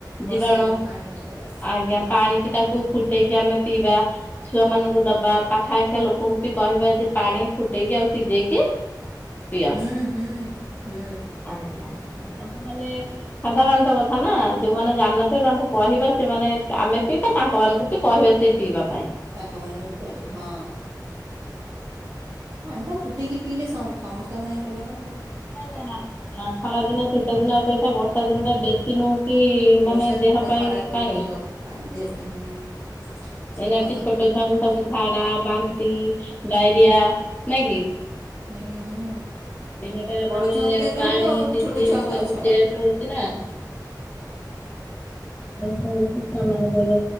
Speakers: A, on the right (about 35°); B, on the left (about 25°).
A: ବର୍ଷା
B: ଜୀବାଣୁ
A: ଦିନ ପାଣି ଅଲଗା ଆସିବ
B: ଆଜ୍ଞା
A: ହୁଁ।
B: ପାଣି ତାକୁ ଫୁଟେଇକି ଆମେ ପିଇବା ଛୁଆ ମାନଙ୍କୁ ଦବା ପାଖା ଆଖ ଲୋକ <unintelligible> କହିବା ଯେ ପାଣି ଫୁଟେଇକି ଆଉ ସିଝେଇକି ପିଅ।
A: ହୁଁ ହୁଁ ହୁଁ।
B: ଆଜ୍ଞା। ଆ ମାନେ ସାଧାରଣତ କଥା ନା ଯୋଉମାନେ ଜାଣିନଥିବେ ତାଙ୍କୁ କହିବା ସେମାନେ ଆମେ ପିଇବା ତାଙ୍କ ମାନଙ୍କୁ ବି କହିବା ସେ ପିଇବା ପାଇଁ।
A: ତାଙ୍କ ମାନଙ୍କୁ କୁହାଯିବ ହଁ। ପାଣି ଟା ଫୁଟେଇକି ପିଇଲେ ସ ସମସ୍ତଙ୍କ ପାଇଁ ଭଲ ନା ଖରାପ।
B: ନାଇ ନାଇ ନା ଖରା ଦିନ ଶୀତ ଦିନ ଅପେକ୍ଷା ବର୍ଷା ଦିନ ଟା ବେଶୀ ନୁହଁ କି
A: ବର୍ଷା
B: ମାନେ
A: ଦିନଟା
B: ଦେହ ପାଇଁ
A: ଖରାପ ଅଧିକ
B: ପାଣି
A: ପାଣି ଦେହ ପାଇଁ ହୁଁ। ସମସ୍ତେ
B: ଏନା ବି ଛୋଟ
A: ଫୁଟେଇକି
B: ଛୁଆଙ୍କୁ
A: ପିଇଲେ
B: ସବୁ
A: ଜୀବନ
B: ଝାଡା ବାନ୍ତି ଡାଇରିଆ ନାଇଁ
A: ହୁଁ ହୁଁ।
B: ଏଇନା କେ
A: ବଡ଼
B: ମାନେ
A: ଛୁଆଙ୍କୁ ତ ଏବେ
B: ପାଣି
A: ହେବ ଆଉ
B: ସିଜନ
A: ଛୋଟ ଛୁଆଙ୍କ କଥା
B: ସବୁ
A: ଛାଡ଼
B: ଚେଞ୍ଜ ହଉଛି ନା। ଚେଞ୍ଜ ହଉଛି ଛୁଆମାନଙ୍କର